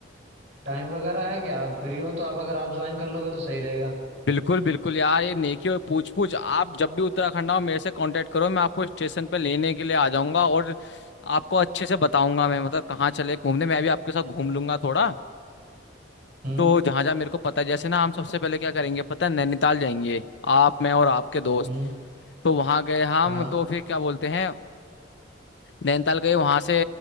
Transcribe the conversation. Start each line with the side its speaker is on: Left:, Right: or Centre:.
Right: टाइम वगैरह है क्या आप फ्री हो तो आप अगर आप ज्वाइन कर लोगे तो सही रहेगा
Left: बिल्कुल बिल्कुल यार ये नेकी और पूछ पूछ आप जब भी उत्तराखंड आओ मेरे से कांटेक्ट करो मैं आपको स्टेशन पे लेने के लिए आ जाऊंगा और आपको अच्छे से बताऊंगा मैं मतलब कहाँ चले घूमने मैं भी आपके साथ घूम लूंगा थोड़ा
Right: हम्म
Left: तो जहां जहां मेरे को पता है जैसे ना हम सबसे पहले क्या करेंगे पता है नैनीताल जाएंगे आप मैं और आपके दोस्त
Right: हम्म
Left: तो वहां गए हम
Right: हाँ
Left: तो फिर क्या बोलते हैं नैनीताल गए वहां से